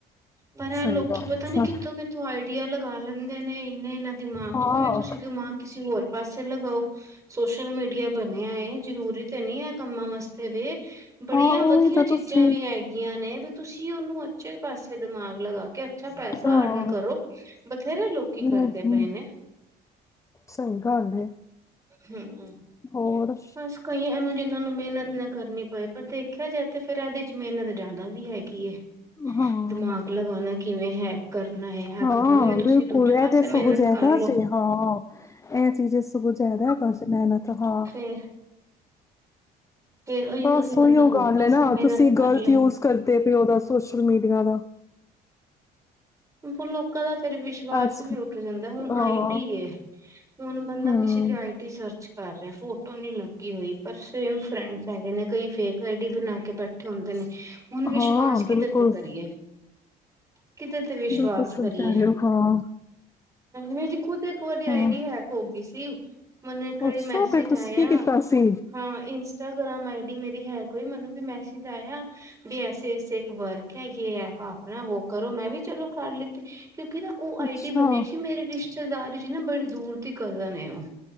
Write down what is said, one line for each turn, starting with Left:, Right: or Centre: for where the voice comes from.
Right: ਪਰ
Left: ਸਹੀ
Right: ਲੋਕੀ
Left: ਗੱਲ
Right: ਪਤਾ ਨੀ
Left: ਹਾਂ।
Right: ਕਿੱਥੋਂ ਕਿੱਥੋਂ ਆਈਡੀਆ ਲਗਾ ਲੈਂਦੇ ਨੇ ਇੰਨੇ ਇਹਨਾਂ ਦਿਮਾਗ
Left: ਹਾਂ
Right: ਚ ਉਹੀ ਤੁਸੀਂ ਦਿਮਾਗ ਕਿਸੇ ਹੋਰ ਪਾਸੇ ਲਗਾਓ ਸੋਸ਼ਲ ਮੀਡੀਆ ਬਣਿਆ ਏ ਜਰੂਰੀ ਨੀ ਆ ਕੰਮਾਂ ਵਾਸਤੇ ਵੇ, ਬੜੀਆਂ
Left: ਹਾਂ ਉਹੀ
Right: ਵਧੀਆ
Left: ਤਾਂ
Right: ਚੀਜ਼ਾਂ
Left: ਤੁਸੀਂ
Right: ਵੀ ਹੈਗੀਆਂ ਨੇ। ਤੁਸੀਂ ਉਹਨੂੰ ਉੱਚੇ ਪਾਸੇ ਦਿਮਾਗ ਲਗਾ ਕੇ ਅੱਛਾ ਪੈਸਾ
Left: ਹਾਂ
Right: ਅਰਨ ਕਰੋ ਬਥੇਰੇ ਲੋਕੀ
Left: ਨਹੀਂ
Right: ਕਰਦੇ ਪਏ ਨੇ।
Left: ਸਹੀ ਗੱਲ ਏ
Right: ਹਮ
Left: ਹੋਰ।
Right: ਬਸ ਕਈਆਂ ਨੂੰ ਜਿਹਨਾਂ ਨੂੰ ਮਿਹਨਤ ਨਾ ਕਰਨੀ ਪਏ ਪਰ ਦੇਖਿਆ ਜਾਏ ਤੇ ਫਿਰ ਇਹਦੇ ਚ ਮਿਹਨਤ ਜਾਦਾ ਵੀ ਹੈਗੀ ਏ।
Left: ਹਾਂ
Right: ਦਿਮਾਗ ਲਗਾਣਾ ਕਿਵੇਂ ਹੈ। ਕਰਨਾ ਹੈ ਇਹ
Left: ਹਾਂ
Right: ਕਰਨਾ ਉਹੀ ਤੁਸੀਂ
Left: ਬਿਲਕੁਲ
Right: ਦੂਜੇ ਪਾਸੇ
Left: ਐ ਤੇ
Right: ਮਿਹਨਤ
Left: ਸਗੋ ਜ਼ਿਆਦਾ
Right: ਕਰ ਲਓ
Left: ਸੀ ਹਾਂ। ਇਹ ਚੀਜ਼ਾ ਸਗੋਂ ਜ਼ਿਆਦਾ <unintelligible> ਮਿਹਨਤ ਹਾਂ।
Right: ਤੇ ਉਹੀਓ
Left: ਬਸ
Right: ਤੁਸੀਂ ਬੰਦਾ
Left: ਉਹੀ ਉਹ
Right: ਹੋਰ
Left: ਗੱਲ
Right: ਪਾਸੇ
Left: ਹੈ ਨਾ,
Right: ਮਿਹਨਤ
Left: ਤੁਸੀਂ
Right: ਕਰ
Left: ਗ਼ਲਤ
Right: ਲਏ।
Left: ਯੂਜ ਕਰਦੇ ਪਏਉ, ਉਹਦਾ ਸੋਸ਼ਲ ਮੀਡੀਆ ਦਾ
Right: ਪਰ ਲੋਕਾਂ ਦਾ ਫਿਰ ਵਿਸ਼ਵਾਸ
Left: ਅੱਜ
Right: ਵੀ ਉੱਠ ਜਾਂਦਾ ਐ, ਹੁਣ
Left: ਹਾਂ
Right: ਆਈਡੀ ਹੁਣ ਬੰਦਾ
Left: ਹਮ
Right: ਕਿਸੇ ਦੀ ਆਈ ਡੀ ਸਰਚ ਕਰ ਰਿਹਾ ਫੋਟੋ ਨਹੀਂ ਲੱਗੀ ਹੋਈ। ਪਰ ਸੇਮ ਫਰੈਂਡਸ ਹੈਗੇ ਨੇ। ਕਈ ਫੇਕ ਆਈ ਡੀ ਬਣਾ ਕੇ ਬੈਠੇ। ਕਂਠੇ ਹੁੰਦੇ ਨੇ। ਹੁਣ ਵਿਸ਼ਵਾਸ
Left: ਹਾਂ
Right: ਕਿਦੇ
Left: ਬਿਲਕੁਲ
Right: ਤੇ ਕਰੀਏ। ਕਿਦੇ ਤੇ ਵਿਸ਼ਵਾਸ
Left: ਬਿਲਕੁਲ ਸਹੀ
Right: ਕਰੀਏ,
Left: ਕਹਿ ਰਹੇ ਹੋ ਹਾਂ
Right: ਮੇਰੀ ਖੁਦ ਇੱਕ ਵਾਰੀ ਆਈਡੀਆ
Left: ਹਾਂ
Right: ਹੈਗਾ ਹੋਗੀ ਸੀ। ਮੈਨੂੰ ਇੱਕ ਵਾਰੀ
Left: ਅੱਛਾ
Right: ਮੈਸੇਜ
Left: ਫਿਰ ਤੁਸੀਂ
Right: ਆਇਆ
Left: ਕੀ ਕੀਤਾ ਸੀ
Right: ਹਾਂ ਇੰਝ ਇੰਸਟਾਗ੍ਰਾਮ ਆਈ ਡੀ ਮੇਰੀ ਹੈ ਕੋਈ ਮੈਨੂੰ ਵੀ ਮੈਸੀਜ ਆਇਆ ਵੀ ਐਸੇ, ਐਸੇ ਇੱਕ ਵਰਗ ਹੈਗੇ ਐ, ਆਪ ਆਪਣਾ ਵੋ ਕਰੋ ਮੈਂ ਵੀ ਚਲੋ ਕਰ ਲਿੱਤੀ, ਕਿਉਂਕਿ ਨਾ ਉਹ ਆਈ
Left: ਅੱਛਾ
Right: ਡੀ ਬਣੀ ਸੀ। ਮੇਰੇ ਰਿਸ਼ਤੇਦਾਰੀ ਚ ਨਾ ਬੜੇ ਦੂਰ ਦੀ ਕਜ਼ਨ ਨੇ ਉਹ